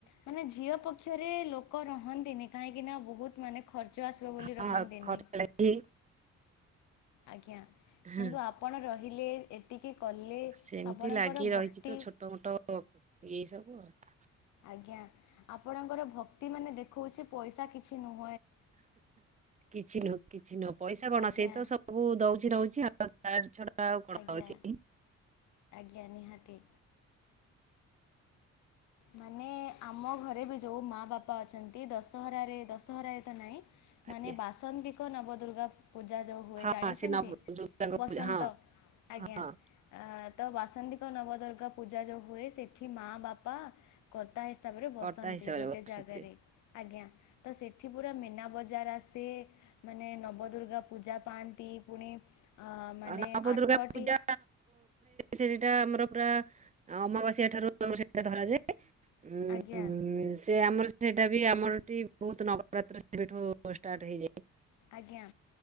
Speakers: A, on the left; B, on the right.
A: ମାନେ ଝିଅ ପକ୍ଷରେ ଲୋକ ରହନ୍ତିନି କାହିଁକି ନା ବହୁତ ମାନେ ଖର୍ ଚ ଆସିବ ବୋଲି ରହନ୍ତିନି
B: ହଁ ଖର୍ଚ୍ଚ ଲାଗି
A: ଆଜ୍ଞା।
B: ହଁ
A: କିନ୍ତୁ ଆପଣ ର ହିଲେ ଏତିକି କଲେ
B: ସେମିତି
A: ଆପଣଙ୍କର
B: ଲାଗି ରହିଛି
A: ଭକ୍ତି
B: ତ ଛୋଟ ମୋଟ ଏଇ ସବୁ ଆଉ।
A: ଆଜ୍ଞା ଆପଣଙ୍କର ଭକ୍ତି ମାନେ ଦେଖଉଛି ପଇସା କିଛି ନୁ
B: କିଛି ନୁହଁ କିଛି ନୁହଁ ପଇସା କଣ
A: ଆଜ୍ଞା
B: ସେଇ ତ ସବୁ ଦଉଛି ନଉଛି ଆଉ। ତ ତା ଛଡ଼ା ଆଉ କଣ
A: ଆଜ୍ଞା
B: ହଉଛି
A: ଆଜ୍ଞା ନିହାତି। ମାନେ ଆମ ଘରେ ବି ଯୋଉ ମା ବାପା ଅଛନ୍ତି ଦଶହରାରେ ଦଶହରାରେ ତ ନାଇଁ
B: ଆଜ୍ଞା
A: ମାନେ ବାସନ୍ତିକ ନବ ଦୁର୍ଗା ପୂଜା ଯେଉଁ ହୁଏ
B: ହଁ
A: ଜାଣିଛନ୍ତି?
B: ସେ ନବ ଦୁର୍ଗାଙ୍କ
A: ବସନ୍ତ
B: ପୂଜା ହଁ
A: -ଆଜ୍ଞା।
B: ହଁ
A: ତ ବାସନ୍ଦିକ ନବଦୁର୍ଗା ପୂଜା ଯେଉଁ ହୁଏ ସେଠି ମା, ବାପା ପା କର ତା ହିସାବରେ ବସନ୍ତି
B: କର୍ତ୍ତା ହିସାବରେ
A: ଗୋଟେ
B: ବସିଥିବେ।
A: ଜାଗାରେ। ଆଜ୍ଞା, ତ ସେଠ ଏଠି ପୁରା ମେନା ବଜାର ଆସେ ମାନେ ନବଦୁର୍ଗା ପୂଜା ପାଆନ୍ତି ପୁଣି ଅ ମାନେ
B: ନବ
A: ଆଠଟି
B: ଦୁର୍ଗା ପୂଜା ସେଟା ଆମର ପୁରା ଅମାବାସ୍ୟା ଠାରୁ ସେଟା ଧରାଯାଏ ହୁଁ
A: ଆଜ୍ଞା।
B: ସେ ଆମର ସେଇଟା ବି ଆମର ଏଠି ବହୁତ ନବରାତ୍ର ସେଠୁ ଷ୍ଟାର୍ଟ ହେଇଯାଏ।
A: ଆଜ୍ଞା